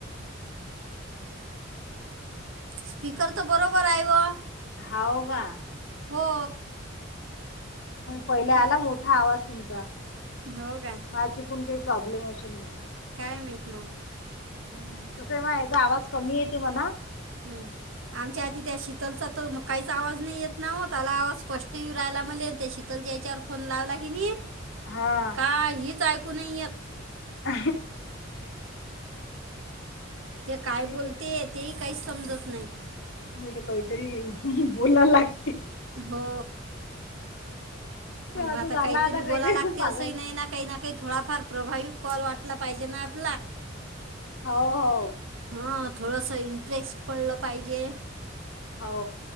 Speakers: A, on the right; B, on the left.
A: स्पीकर तर बरोबर हाय व
B: होव का
A: हो
B: पहिले आला मोठा आवाज तुमचा
A: हो काय
B: मा चिकून काही प्रॉब्लेम असशी न मग
A: काय मीत ना
B: हम् तसही माया याचा आवाज कमी येते म्हणा
A: हम्म आमच्या आधी त्या शीतलचा तर काहीच आवाज नाही येत ना हो त्याला आवाज स्पष्ट येऊ राहायला म्ह त्या शीतल च्यावर फोन लावला की नाही
B: हा.
A: काहीच ऐकू नाही य
B: अ
A: ते काय
B: आणि
A: बोलते तेही काहीच समजत नाही
B: हे तर काहीतरी बोलायला लाग
A: हो मग
B: असं
A: आता
B: झालं
A: काहीतरी बोला लागते
B: पागल.
A: असंही नाही ना काही ना काही थोडाफार प्रभावी कॉल वाटला पाहिजे आप
B: हो हो
A: ह थोडंसं इन्फ््रेक्स पडलं पाहिजे
B: हो